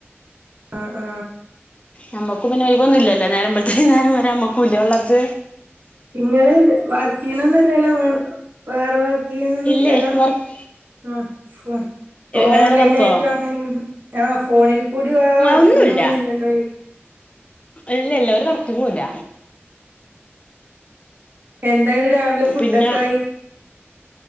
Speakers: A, on the right; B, on the left.
A: ആഹ ആഹ
B: നമ്മുക്ക് പിന്നെ ഒയിവ് ഒന്നും ഇല്ല നേരം ബെൾത്ത് വെയ്ന്നരം വരെ ഇല്ലേ വളർച്ച
A: നിങ്ങള് വർക്ക് ചെയ്യണന്നില്ലല്ലോ വേറെ ന്നൊന്നുംല്ലല്ലോ
B: ഇല്ലേ വർക്ക്
A: ആ <unintelligible> ഇപ്പൊ
B: വേറെ
A: ഓൺലൈന
B: വർക്കോ
A: ആയിട്ടും അങ്ങനെ ആ ഫോണിൽ കൂടി വേറെ വർക്കിങ്
B: ഒന്നുല്ല
A: ഒന്നുംല്ലല്ലോ
B: ഇല്ല ഇല്ല ഒരു വർക്കിങ്ങും ഇല്ല
A: എന്താന് രാവിലെ ഫുഡൊക്കെ
B: പിന്നെ
A: ആയി